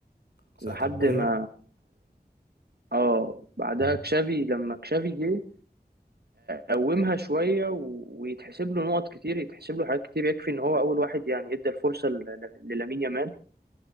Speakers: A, on the left; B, on the right.
A: ساعه
B: لحد
A: الباير
B: ما اه بعدها
A: امم
B: كشافي لما كشافي جه قومها شوية و- ويتحسب له نقط كتير يتحسب له حاجات كتير يكفي إن هو أول واحد يعني إدى الفرصة ل- ل- للامين يامال